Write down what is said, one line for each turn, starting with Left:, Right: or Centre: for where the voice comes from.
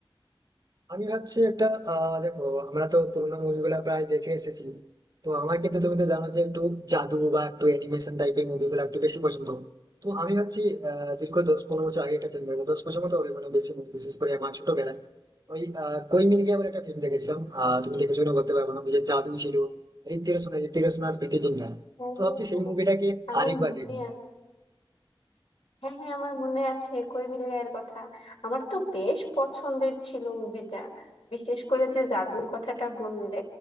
Right: আমি ভাবছি একটা আহ দেখো আমরা তো পুরোনো মুভিগুলো প্রায় দেখে এসেছি তো আমার কিন্তু তুমি তো জানো যে একটু জাদু বা একটু অ্যানিমেশন টাইপের মুভিগুলো একটু বেশি পছন্দ তো আমি ভাবছি আহ দীর্ঘ দশ পনেরো বছর আগে একটা ফিল্ম দেখো দশ বছর মতো হবে মানে বেশি বিশেষ করে আমার ছোটবেলায় ওই আহ, কই মিল গিয়া বলে একটা ফিল্ম দেখেছিলাম আহ তুমি দেখেছো কিনা বলতে পারবো না ওই যে জাদু ছিল ঋত্বিক রোশন ঋত্বিক রোশন আর প্রীতি জিন্টা
Left: ও,
Right: তো ভাবছি সেই মুভিটাকে
Left: আমার
Right: আরেকবার
Left: মনে
Right: দেখবো
Left: আছে হ্যাঁ হ্যাঁ আমার মনে আছে কই মিল গায়ের কথা আমার তো বেশ পছন্দের ছিল মুভিটা বিশেষ করে যে জাদুর কথাটা বললে